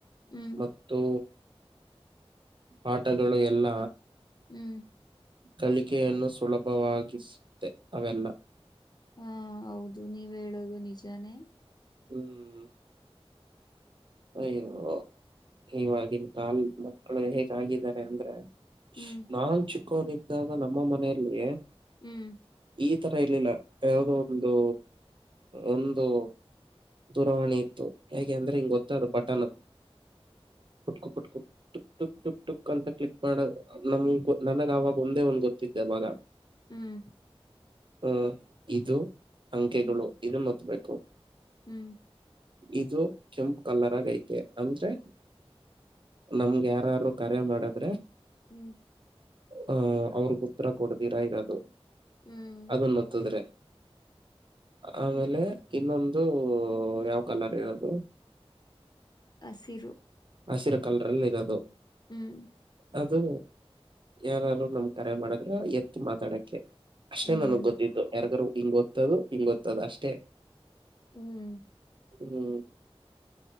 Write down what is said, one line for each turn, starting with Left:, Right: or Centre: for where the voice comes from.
Left: ಹ್ಮ್
Right: ಮತ್ತು ಪಾಠಗಳು ಎಲ್ಲ.
Left: ಹ್ಮ್
Right: ಕಲಿಕೆಯನ್ನು ಸುಲಭವಾಗಿಸುತ್ತೆ ಅವೆಲ್ಲ.
Left: ಹಾ ಹೌದು ನೀವ್ ಹೇಳದು ನಿಜಾನೇ.
Right: ಹ್ಮ್ ಅಯ್ಯೋ. ಇವಾಗಿನ ಕಾಲ್ದ್ ಮಕ್ಳು ಹೇಗ ಆಗಿದ್ದಾರೆ ಅಂದ್ರೆ.
Left: ಹ್ಮ್
Right: ನಾನ್ ಚಿಕ್ಕೋನಿದಾಗ ನಮ್ಮ ಮನೆಯಲ್ಲಿ.
Left: ಹ್ಮ್
Right: ಈ ತರ ಇರ್ಲಿಲ್ಲಾ ಯಾವುದೋ ಒಂದು ಒಂದು. ದೂರವಾಣಿ ಇತ್ತು ಹೇಗೆ ಅಂದ್ರೆ ಹಿಂಗ ಗೊತ್ತಾದು ಬಟನ್ ಕುಟ್ಕೊ ಕುಟ್ಕು. ಟುಕ್ ಟುಕ್ ಟುಕ್ ಟುಕ್ ಅಂತ ಕ್ಲಿಕ್ ಮಾಡ ನಮ್ ನನಗ ಅವಾಗ ಒಂದೇ ಒಂದು ಗೊತ್ತಿದ್ದೆವಾಗ.
Left: ಹ್ಮ್
Right: ಹ್ಮ ಇದು ಅಂಕೆಗಳು
Left: ಹ್ಮ್
Right: ಇದನ್ನು ಹೊತ್ಬೇಕು.
Left: ಹ್ಮ್
Right: ಇದು ಕೆಂಪು ಕಲರ್ ಆಗ ಐತೆ ಅಂದ್ರೆ. ನಮ್ಗೆ ಯಾರಾರು ಕರೆ ಮಾಡದ್ರೆ.
Left: ಹ್ಮ್
Right: ಹ ಅವ್ರಗ್ ಉತ್ತರ ಕೊಡ್ತೀರಾ ಇರೋದು.
Left: ಹ್ಮ್
Right: ಅದೊನ್ ಮತ್ತುದ್ರೆ ಆಮೇಲೆ. ಇನ್ನೊಂದು ಯಾವ್ ಕಲರ್ ಇರೋದು.
Left: ಹಸಿರು.
Right: ಹಸಿರು ಕಲ್ ರಲ್ ಇರೋದು.
Left: ಹ್ಮ್
Right: ಅದು ಯಾರಾದರು ನಮ್ ಕರೆ ಮಾಡಿದ್ರೆ ಎತ್ತು ಮಾತಾಡಕ್ಕೆ. ಅಷ್ಟೇ
Left: ಹ್ಮ್
Right: ನನಗ್ ಗೊತ್ತಿದ್ದು ಯಾರ್ಗಾರೂ ಹಿಂಗ ಹೊತ್ತದು ಹಿಂಗ ಹೆಂಗೋತ್ತದು ಅಷ್ಟೇ.
Left: ಹ್ಮ್
Right: ಹ್ಮ್